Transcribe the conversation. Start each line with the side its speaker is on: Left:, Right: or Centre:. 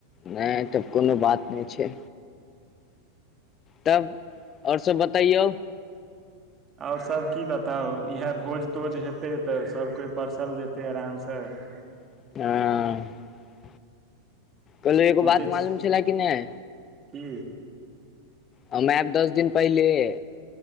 Left: नहि तऽ कोनो बात नहि छै तब और सब बतैयौ
Right: और सब की बताउ इएह भोज तोज हेतैे त सब कोइ परसल जेतैे आरामस <inaudible>
Left: अँ कहलौं
Right: सोचै
Left: एगो बात मालूम
Right: छी
Left: छलै कि नहि
Right: की
Left: हम ऐब दस दिन पहिलेहे